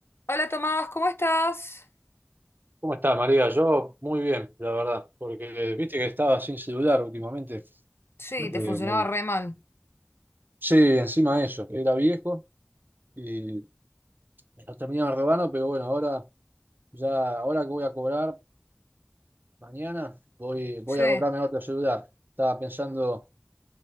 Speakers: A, on the left; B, on the right.
A: Hola Tomás, ¿cómo estás?
B: ¿Cómo estás, María? Yo muy bien, la verdad, porque viste que estaba sin celular últimamente.
A: Sí,
B: que
A: te funcionaba
B: me-
A: re mal.
B: Sí, encima de eso, era viejo y me lo terminaron robando, pero bueno, ahora ya, ahora que voy a cobrar mañana, voy, voy
A: Sí,
B: a comprarme otro celular. Estaba pensando,